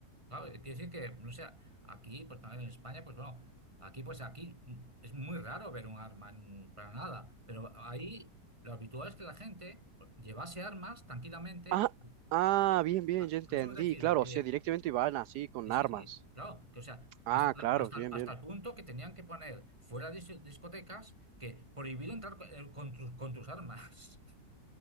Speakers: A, on the right (about 15°); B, on the right (about 75°).
A: Claro, eh, quiere decir que, no sé, aquí, pues en España, pues bueno, aquí, pues aquí mm, es muy raro ver un arma en- para nada, pero ahí lo habitual es que la gente pues, llevase armas tranquilamente.
B: Ah, ah, bien, bien,
A: A,
B: ya entendí.
A: a eso me refiero,
B: Claro,
A: que
B: o sea, directamente iban así con
A: y sí,
B: armas.
A: sí, claro, que o sea,
B: Ah,
A: hasta,
B: claro,
A: hasta,
B: sí, bien,
A: hasta
B: bien.
A: el punto que tenían que poner fuera de dis- discotecas que prohibido entrar con, eh, con tus, con tus armas. <laughs>